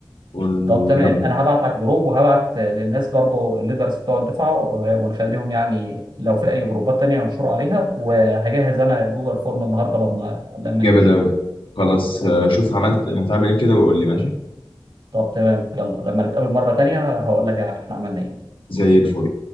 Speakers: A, on the left; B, on the right.
A: ونكمل
B: طب تمام انا هبعت على الجروب وهبعت آه، للناس برضو الليدرز بتوع الدفعه و- ونخليهم يعني لو في اي جروبات تانية ينشروا عليها وهجهز انا جوجل فورم النهارده لما لما
A: جامد
B: نمشي
A: أوي خلاص آه شوف عملت هتعمل إيه كده وقول لي ماشي
B: طب تمام يلا لما نتقابل مره تانية هقول لك يعني احنا عملنا ايه
A: زي الفل